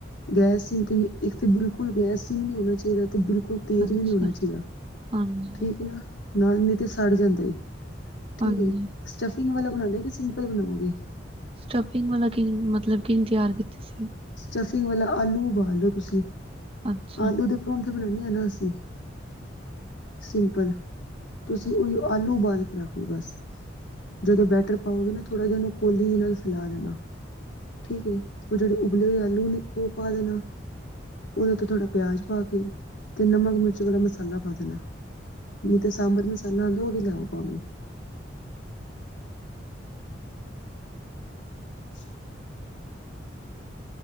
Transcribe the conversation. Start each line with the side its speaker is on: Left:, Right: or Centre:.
Left: ਗੈਸ ਸਿੰਮ ਤੇ ਵੀ ਤੇ ਬਿਲਕੁਲ ਗੈਸ ਸਿਮ ਵੀ ਨਹੀਂ ਹੋਣਾ ਚਾਹੀਦਾ, ਤੇ ਬਿਲਕੁਲ ਤੇਜ਼
Right: ਅੱਛਾ
Left: ਵੀ ਨਹੀਂ ਹੋਣਾ ਚਾਹੀਦਾ।
Right: ਹਾਂਜੀ
Left: ਠੀਕ ਨਾ, ਨਾਲ ਨਹੀ ਤੇ ਸੜ ਜਾਂਦਾ ਏ, ਠੀਕ
Right: ਹਾਂਜੀ
Left: ਏ। ਸਟੱਫਿੰਗ ਵਾਲਾ ਬਣਾਣਾ, ਕਿ ਸਿੰਪਲ ਬਣਾਓਗੇ।
Right: ਸਟੱਫਿੰਗ ਵਾਲਾ ਕਿ ਮਤਲਬ ਕਿਵੇਂ ਤਿਆਰ ਕੀਤਾ ਸੀ।
Left: ਸਟੱਫਿੰਗ ਵਾਲਾ ਆਲੂ ਉਬਾਲ ਲਓ ਤੁਸੀਂ,
Right: ਅੱਛਾ
Left: ਆਲੂ ਦੇ ਪਰੌਂਠੇ ਬਣਾਉਂਦੇ ਆ ਨਾ ਅਸੀਂ। ਸਿੰਪਲ, ਤੁਸੀਂ ਉਹੀ ਆਲੂ ਉਬਾਲ ਕੇ ਰੱਖ ਲਓ ਬਸ। ਜਦੋਂ ਬੈਟਰ ਪਾਓਗੇ ਨਾ, ਥੋੜ੍ਹਾ ਜਾ ਉਹਨੂੰ ਕੋਲੀ ਦੇ ਨਾਲ ਫਿਲਾ ਲੈਣਾ। ਠੀਕ ਏ, ਉਹ ਜਿਹੜੇ ਉਬਲੇ ਹੋਏ ਆਲੂ ਨੇ, ਉਹ ਪਾ ਦੇਣਾ। ਉਹਦੇ ਉਤੇ ਥੋੜਾ ਪਿਆਜ ਪਾ ਕੇ, ਤੇ ਨਮਕ-ਮਿਰਚ ਵਾਲਾ ਮਸਾਲਾ ਪਾ ਦੇਣਾ। ਨਹੀਂ ਤੇ ਸਾਂਬਰ ਮਸਾਲਾ ਆਂਦਾ, ਉਹ ਵੀ ਲੈ ਆਓ ਭਾਵੇਂ। <inaudible>